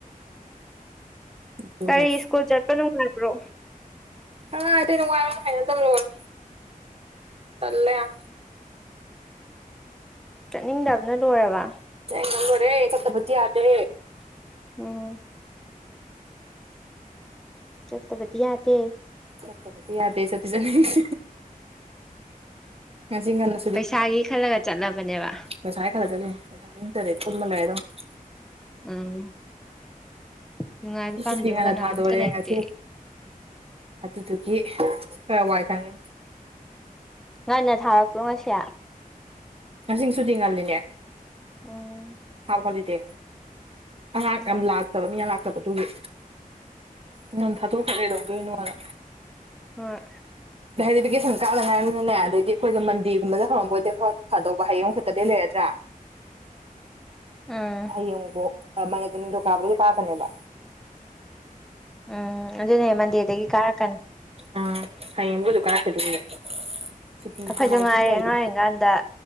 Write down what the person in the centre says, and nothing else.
ꯀꯔꯤ ꯁ꯭ꯀꯨꯜ ꯆꯠꯄ ꯅꯨꯡꯉꯥꯏꯕ꯭ꯔꯣ
ꯆꯠꯅꯤꯡꯗꯕꯅ ꯂꯣꯏꯔꯕ
ꯎꯝ ꯆꯠꯇꯕꯗꯤ ꯌꯥꯗꯦ
ꯄꯩꯁꯥꯒꯤ ꯈꯜꯂꯒ ꯆꯠꯂꯕꯅꯦꯕ
ꯎꯝ ꯅꯨꯡꯉꯥꯏꯕ ꯄꯥꯝꯗꯕ
ꯀꯅꯥꯝꯇ
ꯂꯩꯇꯦ
ꯉꯟꯅ ꯊꯥꯔꯛꯄ꯭ꯔꯣ ꯉꯁꯤ
ꯑꯣ
ꯎꯝ
ꯍꯣꯢ
ꯎꯝ
ꯎꯝ ꯑꯗꯨꯅꯦ ꯃꯟꯗꯦꯗꯒꯤ ꯀꯥꯔꯛꯀꯅꯤ
ꯑꯩꯈꯣꯏꯁꯨ ꯉꯥꯏꯔꯦ
ꯑꯉꯥꯡ ꯑꯣꯏꯔꯤꯀꯥꯟꯗ